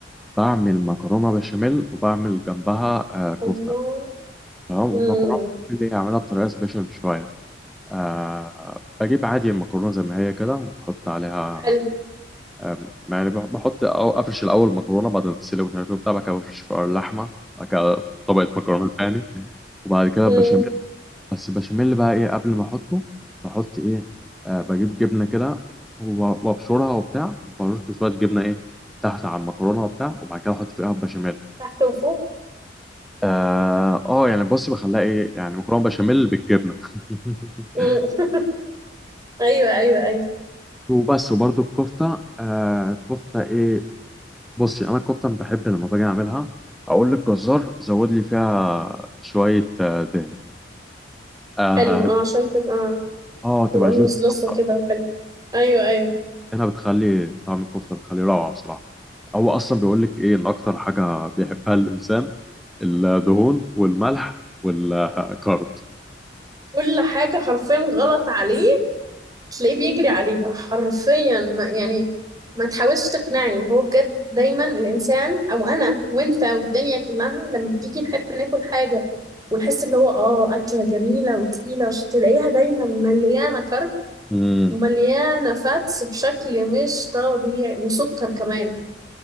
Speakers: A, in the centre; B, on the right.
A: بعمل مكرونه بشاميل وبعمل جنبها آه كفته
B: الله
A: تمام
B: امم
A: المكرونه اللي هي اعملها بطريقه سبيشال شويه آه بجيب عادي المكرونه زي ما هي كده وبحط عليها
B: حلو
A: أم، يعني بح- بحط أو أفرش الأول مكرونة بعد ما تتسلق ومش عارف إيه وبتاع بعد كده بفرش فوقها اللحمة بعد كده طبقة مكرونة تاني وبعد كده
B: امم
A: بشاميل بس البشاميل بقى إيه قبل ما أحطه بحط إيه آه بجيب جبنة كده وب- وأبشرها وبتاع وبرش شوية جبنة إيه تحت على المكرونة وبتاع وبعد كده أحط فيها البشاميل
B: تحت وفوق
A: آه, آه يعني بصي بخليها إيه يعني مكرونة بشاميل بالجبنة <laughs>
B: مم. <laughs> ايوه ايوه ايوه
A: وبس وبرده الكفتة آه كفتة إيه بصي انا الكفته بحب لما باجي اعملها اقول للجزار زود لي فيها شويه آه، دهنه اه
B: حلو اه عشان تبقى
A: آه، تبقى
B: تبقى
A: جوز
B: ملزلزه
A: بصراحه
B: كده وحلو ايوه ايوه
A: الدهنه بتخلي طعم الكفته بتخليه روعه بصراحه هو اصلا بيقول لك ايه ان اكتر حاجه بيحبها الانسان الدهون والملح والكارد
B: كل حاجه حرفيا غلط عليه تلاقيه بيجري عليها حرفيا ما يعني ما تحاولش تقنعني هو بجد دايما الانسان او انا وانت والدنيا كلها لما بتيجي نحب ناكل حاجه ونحس ان هو اه اكله جميله وتقيله عشان تلاقيها دايما مليانه كرب
A: امم
B: ومليانه فاتس بشكل مش طبيعي وسكر كمان